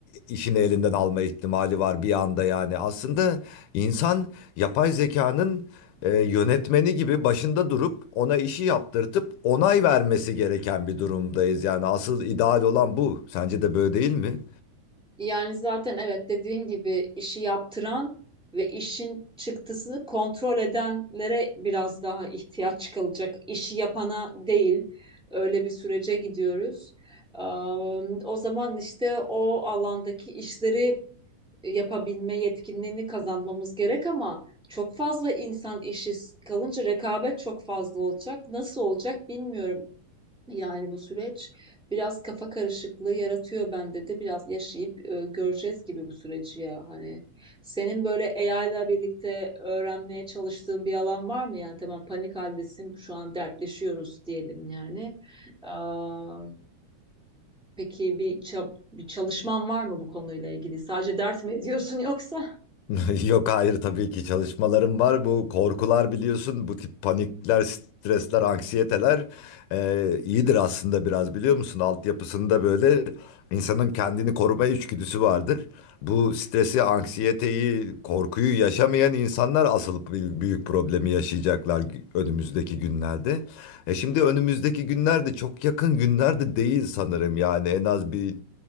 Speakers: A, on the left (about 80°); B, in the centre.
A: işini elinden alma ihtimali var bir anda yani. Aslında insan yapay zekanın e, yönetmeni gibi başında durup ona işi yaptırtıp onay vermesi gereken bir durumdayız. Yani asıl ideal olan bu. Sence de böyle değil mi?
B: Yani zaten evet dediğin gibi işi yaptıran ve işin çıktısını kontrol edenlere biraz daha ihtiyaç çıkılacak. İşi yapana değil. Öyle bir sürece gidiyoruz. Eee, O zaman işte o alandaki işleri yapabilme yetkinliğini kazanmamız gerek ama çok fazla insan işi kalınca rekabet çok fazla olacak. Nasıl olacak bilmiyorum. Yani bu süreç biraz kafa karışıklığı yaratıyor bende de. Biraz yaşayıp e, göreceğiz gibi bu süreci ya. Hani senin böyle AI ile birlikte öğrenmeye çalıştığın bir alan var mı? Yani tamam panik haldesin şu an dertleşiyoruz diyelim yani. Aa, Peki bir, ça- bir çalışman var mı bu konuyla ilgili? Sadece dert mi ediyorsun yoksa?
A: <laughs> Yok hayır tabii ki çalışmalarım var. Bu korkular biliyorsun, bu tip panikler, stresler, anksiyeteler e, iyidir aslında biraz biliyor musun? Altyapısında böyle insanın kendini koruma içgüdüsü vardır. Bu stresi, anksiyeteyi, korkuyu yaşamayan insanlar asıl büyük, büyük problemi yaşayacaklar gü- önümüzdeki günlerde. E şimdi önümüzdeki günlerde çok yakın günlerde değil sanırım yani en az bir